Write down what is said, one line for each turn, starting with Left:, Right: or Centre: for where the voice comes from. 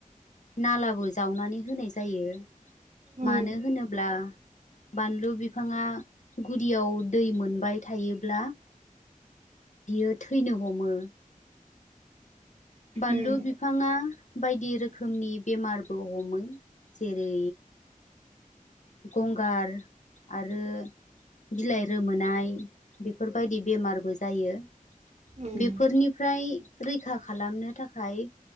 Left: नालाबो जावनानै होनाय जायो
Right: उम
Left: मानो होनोब्ला बानलु बिफाङा गुदियाव दै मोनबाय थायोब्ला बियो थैनो हमो। बानलु
Right: उम
Left: बिफाङा बायदि रोखोमनि बेमारबो हमो जेरै गंगार आरो बिलाइ रोमोनाय बेफोरबायदि बेमारबो जायो
Right: उम
Left: बेफोरनिफ्राय रैखा खालामनो थाखाय